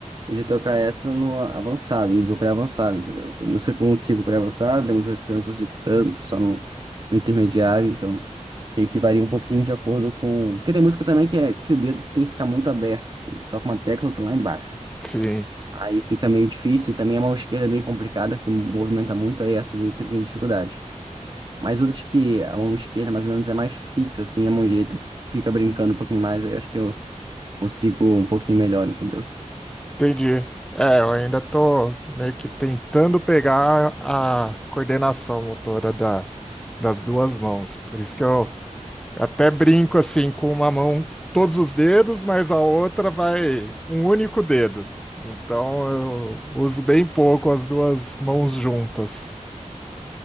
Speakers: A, on the right; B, in the centre.
A: Eu sei tocar essa no avançado, no nível pré-avançado, entendeu? Tem música que eu consigo pré-avançado, tem música que eu não consigo tanto, só no, no intermediário. Então, meio que varia um pouquinho de acordo com... Porque tem música também que, é, que o dedo tem que ficar muito aberto. Só com uma tecla, eu lá embaixo.
B: Sim.
A: Aí fica meio difícil. e Também a mão esquerda é meio complicada, que movimenta muito, aí essa daí tem dificuldade. Mas outras que a mão esquerda mais ou menos é mais fixa, assim, a mão direita fica brincando um pouquinho mais, aí eu acho que eu consigo um pouquinho melhor, entendeu?
B: Entendi. É, eu ainda tô meio que tentando pegar a coordenação motora da, das duas mãos. Por isso que eu até brinco assim, com uma mão todos os dedos, mas a outra vai um único dedo. Então eu uso bem pouco as duas mãos juntas.